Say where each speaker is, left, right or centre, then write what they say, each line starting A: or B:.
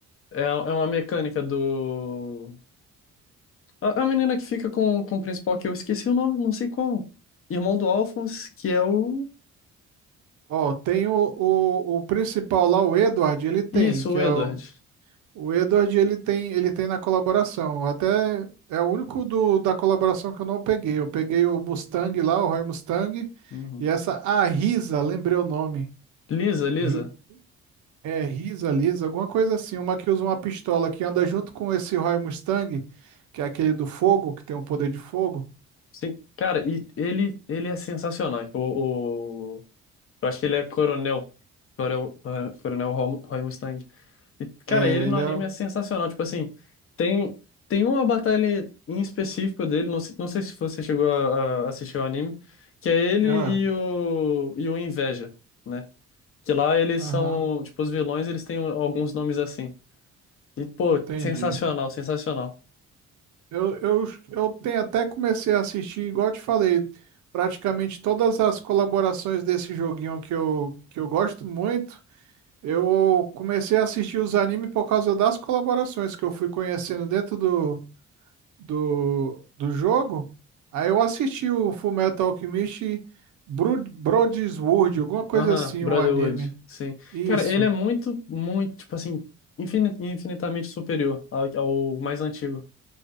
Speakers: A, on the left; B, on the right.
A: É, é uma mecânica do. A, a menina que fica com, com o principal, que eu esqueci o nome, não sei como. Irmão do Alphonse, que é o.
B: Ó, tem o, o, o principal lá, o Edward, ele tem,
A: Isso,
B: que
A: o
B: é
A: Edward.
B: o, o Edward, ele tem, ele tem na colaboração. Até é o único do, da colaboração que eu não peguei. Eu peguei o Mustang lá, o Roy Mustang,
A: Uhum.
B: e essa, a Risa, lembrei o nome.
A: Lisa, Lisa.
B: Ri- é Risa, Lisa, alguma coisa assim, uma que usa uma pistola que anda junto com esse Roy Mustang, que é aquele do fogo, que tem o poder de fogo.
A: Sim. Cara, e ele, ele é sensacional. O, o- Eu acho que ele é coronel. Coronel, coronel Roy Mustang. E, cara,
B: É,
A: ele no
B: ele
A: anime
B: é. o-
A: é sensacional. Tipo assim, tem, tem uma batalha em específico dele, não, se- não sei se você chegou a, a assistir o anime, que é ele
B: Ah,
A: e o, e o Inveja, né? Que lá eles
B: aham,
A: são, tipo, os vilões, eles têm alguns nomes assim. E, pô,
B: entendi.
A: sensacional, sensacional.
B: Eu, eu, eu tenho até comecei a assistir, igual eu te falei, praticamente todas as colaborações desse joguinho que eu, que eu gosto muito. Eu comecei a assistir os animes por causa das colaborações que eu fui conhecendo dentro do, do, do jogo. Aí eu assisti o Fullmetal Alchemist Bru- Broadsword, alguma coisa
A: Aham,
B: assim,
A: Brotherhood,
B: o anime.
A: sim.
B: Isso,
A: Cara, ele é muito, muito, tipo assim, infini- infinitamente superior ao, ao mais antigo.